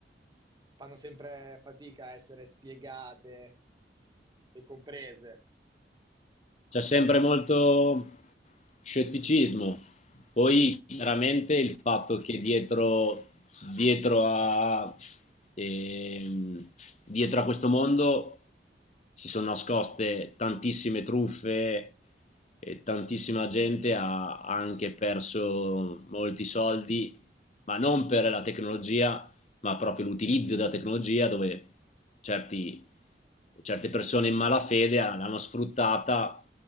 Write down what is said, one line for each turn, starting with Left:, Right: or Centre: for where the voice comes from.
Right: fanno sempre fatica a essere spiegate e comprese.
Left: C'è sempre molto scetticismo, poi chiaramente il fatto che dietro, dietro a, ehm, dietro a questo mondo si sono nascoste tantissime truffe e tantissima gente ha anche perso molti soldi, ma non per la tecnologia, ma proprio l'utilizzo della tecnologia dove certi, certe persone in malafede l'hanno sfruttata,